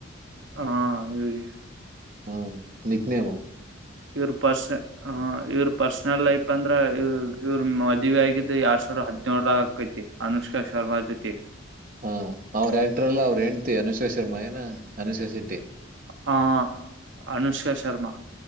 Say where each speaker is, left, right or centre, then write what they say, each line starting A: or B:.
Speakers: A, on the right; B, on the right.
A: ಹಾ ಇವ ರ
B: ಹ್ಮ ನಗ್ನೇವ
A: ಇವ್ರ ಪರ್ಸ ಇವ್ರ ಪರ್ಸನಲ್ ಲೈಫ್ ಅಂದ್ರ ಇವ್ರ ಮದುವ ಆಗಿದ್ದ ಯಾರ್ ಸಾವಿರ ಹದ್ಿನೇಳ ರ ಆಕೈತಿ ಅನುಷ್ಕಾ ಶರ್ಮಾ ಜೊತೆ
B: ಹಾ ಅವ್ರ ಆಕ್ಟರ್ ಎಲ್ಲ ಅವ್ರರು ಹೆ್ತಿವಿ ಅನುಶ್ಕಾ ಶರ್ಮಾ ಏನ ಅನುಶಾ ಶೆಟ್ಟಿ.
A: ಹಾ ಅನುಷ್ಕಾ ಶರ್ಮಾ